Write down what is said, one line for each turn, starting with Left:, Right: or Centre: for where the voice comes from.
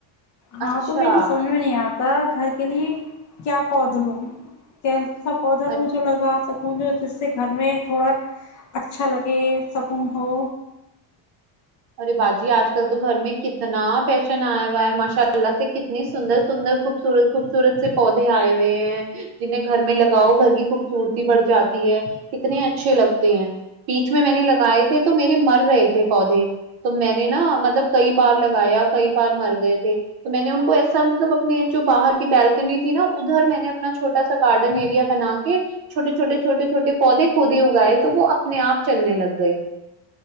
Left: ہاں
Right: اچھا
Left: تو میری سمجھ میں نہیں آپ ت گھر کے لیے کیا پودا لوگ کہ <unintelligible> سا پودا وہ
Right: اچھا
Left: جو لگا سک سکوں جو جس سے گھر میں تھوڑا اچھا لگے سکون ہو
Right: ارے باجی آج کل تو گھر میں کتنا فیشن آیا ہوا ہے ماشاء اللہ سے ک اتنی سندر سندر خوبصورت خوبصورت سے پودے آئے ہوئے ہیں جنہیں گھر میں لگاؤ گھر کی خوبصورتی بڑھ جاتی ہے کتنے اچھے لگتے ہیں بییچ میں میں نے لگائے تھے تو میرے مر رہے تھے پودے تو میں نے نا مطلب کئی بار لگایا کئی بار مر گئے تھے تو میں نے ان کو ایسا مطلب اپنے جو باہر کی بلکنی تھی نا ادھر میں نے اپنا چھوٹا سا گارڈن ایریا بنا کے چھوٹے چھوٹے چھوٹے چھوٹے پودے کوودے اگائے تو وہ اپنے آپ چلنے لگ گئے